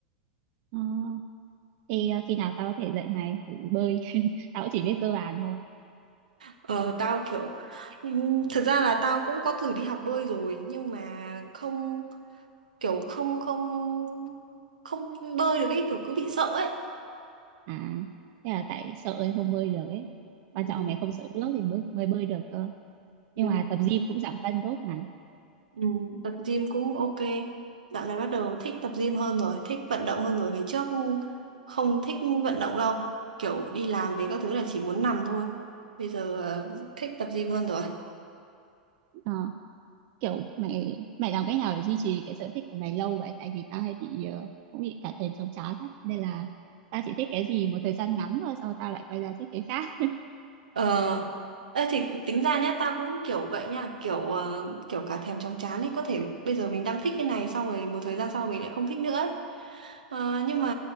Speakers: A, on the right; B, on the right.
A: Ờ, thì ờ, khi nào tao có thể dạy mày thử bơi <laughs> tao cũng chỉ biết cơ bản thôi
B: ờ tao kiểu ừm, thật ra là tao cũng có thử đi học bơi rồi nhưng mà không kiểu không không không bơi được ấy kiểu cứ bị sợ ấy
A: à thế là tại sợ thì không bơi được ấy
B: Ừ.
A: quan trọng là mày không sợ nước thì mới mới bơi được cơ
B: Ừ.
A: nhưng mà tập gym cũng giảm cân tốt mà
B: Ừ, tập gym cũng ok. Dạo này bắt đầu thích tập gym hơn rồi, thích vận động hơn rồi. Ngày trước không thích vận động đâu. Kiểu đi làm về các thứ là chỉ muốn nằm thôi. Bây giờ ờ, thích tập gym hơn rồi.
A: Ờ, kiểu mày mày làm cách nào để duy trì cái sở thích của mày lâu vậy tại vì tao hay bị ờ, cũng bị cả thèm chóng chán ấy nên là tao chỉ thích cái gì một thời gian ngắn thôi sau tao lại quay ra thích cái khác
B: Ờ, ê, thì tính ra nhá, tao cũng kiểu vậy nha. Kiểu ờ, kiểu cả thèm chóng chán ấy. Có thể bây giờ mình đang thích cái này xong rồi một thời gian sau mình lại không thích nữa ấy. Ờ, nhưng mà